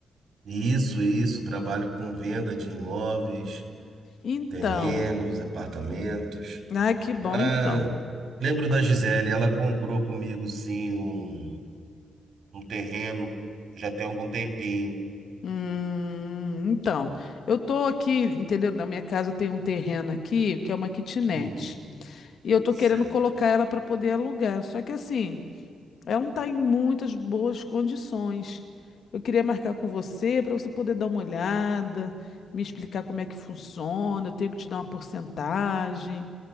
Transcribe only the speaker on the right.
Isso, isso. Trabalho com venda de imóveis,
terrenos, apartamentos.
Ah,
lembro da Gisele. Ela comprou comigo, sim, um, um terreno já tem algum tempinho.
Uhum,
certo.